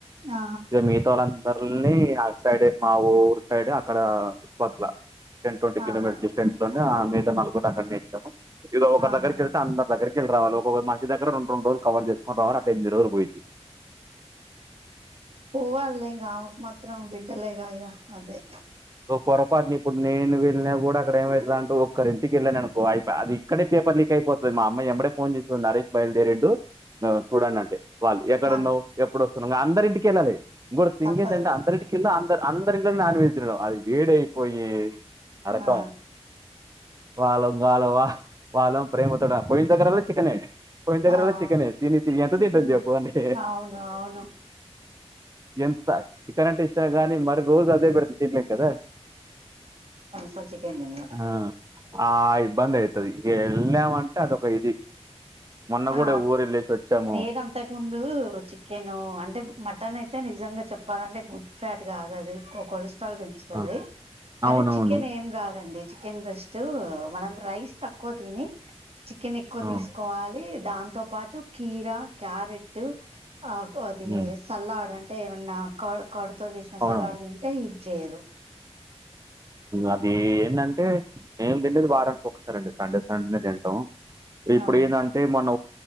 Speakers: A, on the right (about 65°); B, on the right (about 35°).
A: ఆ
B: ఇక మిగత వాళందరిని అటూ సైడ్ మా ఊరు సైడ్ అక్కడ చుట్టుపక్కల టెన్ ట్వంటీ కిలోమీటర్
A: ఆహా
B: డిస్టెన్స్ లోనే మిగతా నలుగురిని అక్కడనే ఇచ్చాము ఇక ఒక
A: ఆహా
B: దగ్గరికి వెళ్తే అంద దగ్గరకి ళ్ళ రావాల ఒక్క ఒకొక్క మనిషి దగ్గర రెం రెండు రోజులు కవర్ చేసుకురావాలి అంటే ఎమిది రోజులు పోయింది
A: పోవాలేంకా ఆమెకు మాత్రం బిడ్డలే గా ఇగా అదే
B: సో పొరపాటున ఇప్పుడు నేను వెళ్తే కూడా అక్కడ ఏమవుంద అంటూ ఒక్కరి ఇంటికి వెళ్ళానుకో అది ఇక్కడే పేపర్ లీక్ అయిపోతుంది మా అమ్మ ఏమడే ఫోన్ చేసి నరేష్ బయల్దేరిండు చూడండి అంటే వాళ్ళు ఎక్కడున్నావు
A: ఆ
B: ఎప్పుడు వస్తున్నావు ఇంగ అందరి ఇంటికెళ్ళాలి ఇంకోటి థింగ్
A: తప్పదు
B: ఏంటంటే అందరింటికి వెళ్ళి అందరిళ్ళలోనూ నాన్ వెజ్ తినడం అది వేడి అయిపోయి నరకం
A: ఆ
B: వాలా వలవా వాళ్ళ ప్రేమతోటి పోయినదగ్గర చికెనే పోయిన దగ్గరల్లా
A: ఆ
B: చికెనే తిని తిని ఎంత
A: చికెన్
B: తింటాం చెప్పు అంటే
A: అవును అవును
B: ఎంత చికెన్ అంటే ఇష్ ష్టం గానీ మరి రోజు అదే పెడితే తిన్నలేం కదా
A: సో చికెన్ తిన్నాలే
B: ఆ ఆ ఇబ్బంది అయితది ఇక వెళ్ళాం అంటే అదొక ఇది మొన్న
A: ఆ
B: కూడా ఊరు వెళ్ళేసి వచ్చాము
A: రేనా అంతకుముందు చికెను అంటే మటన్ అయితే నిజంగా ఇంకా చెప్పాలంటే గుడ్ ఫ్యాట్ కాదు అది ఓ కొలె కొలెస్ట్రాల్ పెంచుతుంది
B: ఆ!
A: కానీ
B: అవునవును
A: చికెన్ ఏం కాదండి చికెన్ బ్రెస్ట్ మనం రైస్ తక్కువ తిని చికెన్ ఎక్కువ
B: ఆ
A: తీసుకోవాలి దాంతో పాటు కీరా క్యారెట్ ఆ అది
B: ఉమ్
A: సల్లాడ్ అంటే టే ఏమన్నా క కర్డతో చేసిన
B: అవునవును
A: సలాడ్ తింటే హీట్ చేయదు
B: అది ఏందంటే మేం తింటేది వారానికి ఒక్కసారి అండి సండే సండేనే తింటాం ఇప్పుడు
A: ఆ
B: ఏందంటే మన